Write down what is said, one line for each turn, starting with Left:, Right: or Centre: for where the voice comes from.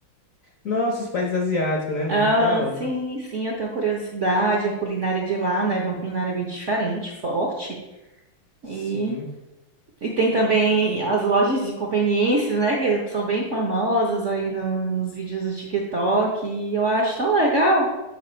Left: Nossa, os países asiáticos, né? Muito
Right: Ah,
Left: da hora.
Right: sim, sim, eu tenho curiosidade. A culinária de lá, né? É uma culinária bem diferente, forte.
Left: Sim.
Right: E, e tem também as lojas de conveniência, né? Que são bem famosas aí no- nos vídeos do TikTok. E eu acho tão legal.